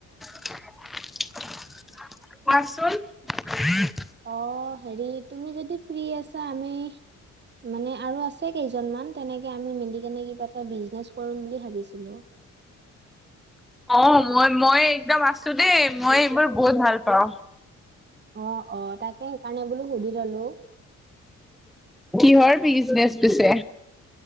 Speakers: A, in the centre; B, on the right.
A: কোৱাচোন?
B: অ' হেৰি তুমি যদি ফ্ৰী আছা আমি মানে আৰু আছে কেই জনমান তেনেকে আমি মিলি কেনে কিবা এটা বিজনেচ কৰিম বুলি ভাবিছিলোঁ।
A: অ' মই মই একদম আছোঁ দেই। মই এইবোৰ বহুত ভাল পাওঁ।
B: অ', অ' তাকে সেইকাৰণে বোলো সুধি ললোঁ।
A: কিহৰ বিজনেচ পিছে?